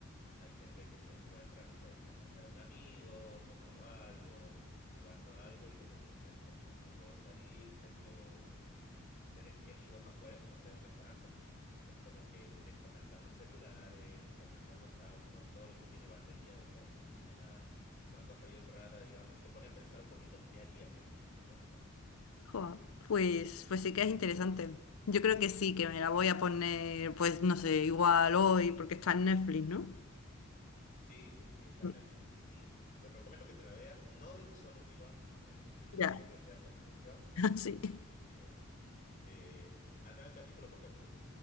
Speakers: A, on the left; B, on the left.
A: hay gente que se encuentra, no sé, en la casa de un amigo, tomando algo, jugando a algo y de repente es como, no puedo salir, tengo eh, seres queridos afuera que no sé dónde estarán porque es como que dejan de andar los celulares, dejan de andar los autos, todo lo que tiene batería deja de funcionar. Es una cosa bien rara, digamos, y te pone a pensar un poquito qué harías en esa situación, no
B: Joa, Pues, pues sí que es interesante. Yo creo que sí, que me la voy a poner, pues no sé, igual hoy, porque está en Netflix, ¿no?
A: Sí, sí, sí, está
B: Mm.
A: en Netflix. Sí, te recomiendo que te la veas, no de un solo tirón,
B: Ya,
A: ya que es lo que hacen muchos.
B: <laughs> sí.
A: Así que eh, anda capítulo por capítulo.